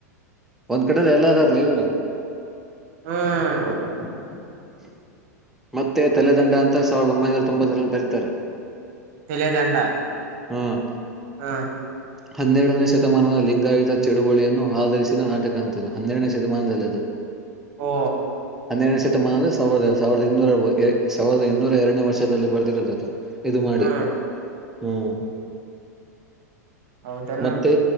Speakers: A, in the centre; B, on the right.
A: ಒಂದ್ ಕಡೆನ ಎಲ್ಲದಾರ್ಲಿ ಇವ್ರ.
B: ಹ್ಮ್
A: <unintelligible> ಮತ್ತೆ ತಲೆದಂಡ ಅಂತ ಸಾವಿರದ ಒಂಬೈನೂರ ತೊಂಬತ್ತರಲ್ಲಿ ಬರೀತಾರೆ.
B: ತಿಲದಂಡ.
A: ಹ್ಮ್.
B: ಹಾ.
A: ಹನ್ನೆರಡನೇ ಶತಮಾನದ ಲಿಂಗಾಯತ ಚಳುವಳಿಯನ್ನು ಆಧರಿಸಿದ ನಾಟಕ ಅಂಥದ್ದು ಹನ್ನೆರಡನೇ ಶತಮಾನದಲ್ಲದು.
B: ಓ.
A: ಹನ್ನೆರಡನ ಶತಮಾನ ಅಂದರೆ ಸಾವಿರದ ಸಾವಿರದ ಇನ್ನೂರ ಸಾವಿರದ ಇನ್ನೂರ ಎರಡನ ವರ್ಷದಲ್ಲಿ ಬರ್ತಿರೋದ. ಇದು ಮಾಡಿ
B: ಹ್ಮ್
A: ಹ್ಮ್
B: ಹೌದನು
A: ಮತ್ತೆ.